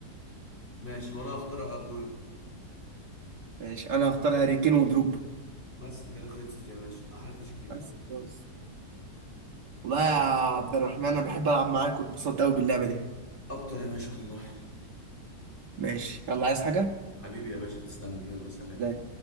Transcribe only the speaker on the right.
ماشي انا اختار هاري كين ودروجبا
بس بس والله يا عبد الرحمن انا بحب العب معاك واتبسطت قوي باللعبه دي
ماشي يلا عايز حاجه؟
لا